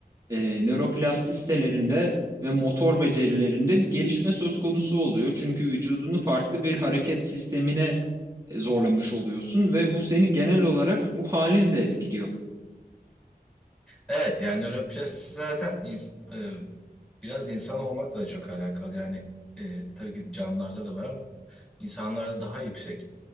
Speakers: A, on the right; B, in the centre.
A: e, nöroplastistelerinde ve motor becerilerinde bir gelişme söz konusu oluyor. Çünkü vücudunu farklı bir hareket sistemine e, zorlamış oluyorsun ve bu seni genel olarak ruh halini de etkiliyor.
B: Evet yani nöroplastisi zaten ins- e, biraz insan olmakla da çok alakalı. Yani e, tabii ki canlılarda da var ama insanlarda daha yüksek.